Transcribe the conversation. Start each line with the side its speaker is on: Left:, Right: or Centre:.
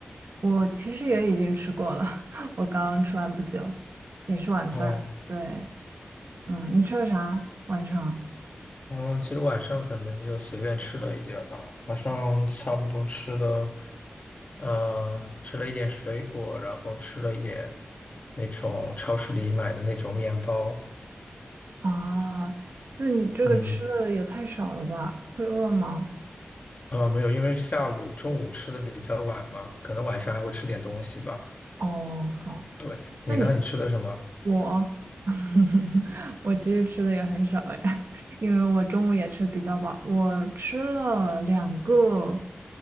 Right: 我其实也已经吃过了，<laughs> 我刚刚吃完不久，也是晚饭。
Left: 哦，
Right: 对，嗯，你吃了啥？晚上
Left: 嗯，其实晚上可能就随便吃了一点儿吧，晚上差不多吃了，呃，吃了一点水果，然后吃了一点那种超市里买的那种面包，
Right: 啊？那你这个吃的也太少了吧？
Left: 嗯，
Right: 会饿吗？
Left: 呃，没有，因为下午、中午吃的比较晚嘛，可能晚上还会吃点东西吧。
Right: 哦，好，
Left: 对，你呢？
Right: 那你
Left: 你吃的什么？
Right: 我 <laughs> 我其实吃的也很少哎，<laughs> 因为我中午也吃比较饱，我吃了两个